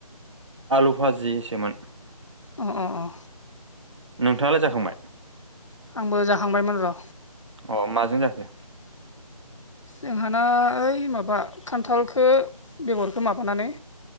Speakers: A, on the right; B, on the left.
A: आलु भाजिसोमोन।
B: अ अ अ।
A: नोंथाङालाय जाखांबाय?
B: आंबो जाखांबायमोन र'।
A: अ माजों जाखो?
B: जोंहाना ओइ माबा खान्थालखो बेगरखो माबानानै